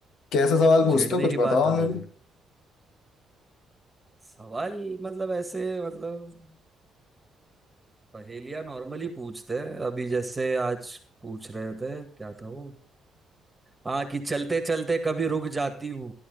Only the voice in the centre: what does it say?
छेड़ने
की
बात अलग
है सवाल मतलब ऐसे मतलब पहेलियां नॉर्मली पूछते हैं अभी जैसे आज पूछ रहे थे क्या था वो हाँ कि चलते चलते कभी रुक जाती हूँ